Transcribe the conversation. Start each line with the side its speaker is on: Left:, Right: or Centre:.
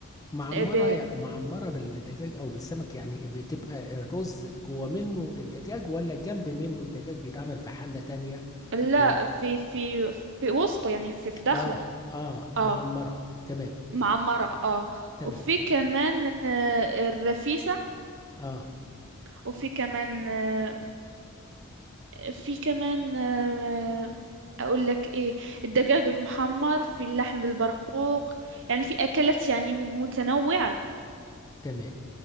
Left: معمرة
Right: آه، ب...
Left: يع- معمرة بالدجاج أو بالسمك يعني بتبقى الرز جوه منه الدجاج ولا جنب منه الدجاج بيتعمل في حلة تانية
Right: لا
Left: و...
Right: في في في وسطه يعني في في داخله
Left: آه آه
Right: اه
Left: معمرة تمام
Right: معمرة اه
Left: تمام
Right: وفي كمان آه، الرفيسة
Left: آه
Right: وفي كمان آه، في كمان آه، اقول لك ايه الدجاج المحمر في اللحم بالبرقوق يعني في اكلات يعني متنوعة
Left: تمام